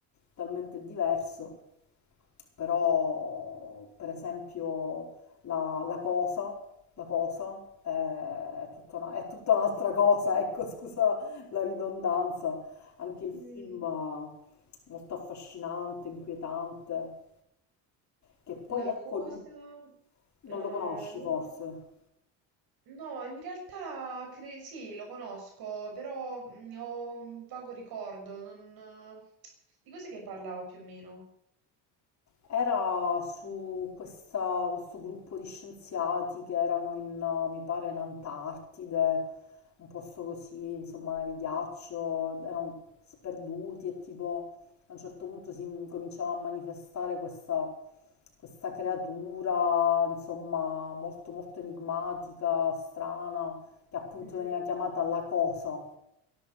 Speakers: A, on the left (about 40°); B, on the right (about 60°).
A: talmente diverso. Però per esempio la, la cosa, la cosa eh, è tutta una- è tutta un'altra cosa, <laughs> ecco scusa la ridondanza. Anche il
B: mm.
A: film molto affascinante, inquietante, che poi
B: La
A: è
B: cosa...
A: con lui. Non
B: eh,
A: lo conosci
B: lo-
A: forse.
B: No, in realtà cre- sì, lo conosco, però mm, ho un vago ricordo. non- Di cos'è che parlava più o meno?
A: Era su questa- questo gruppo di scienziati che erano in, eh, mi pare, in Antartide, un posto così, insomma, nel ghiaccio, erano sperduti e tipo a un certo punto si cominciava a manifestare questa, questa creatura, insomma, molto molto enigmatica, strana, che appunto
B: Mm.
A: veniva chiamata la cosa.